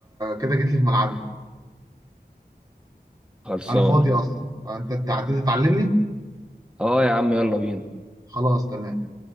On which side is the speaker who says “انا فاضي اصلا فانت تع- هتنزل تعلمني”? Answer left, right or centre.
Right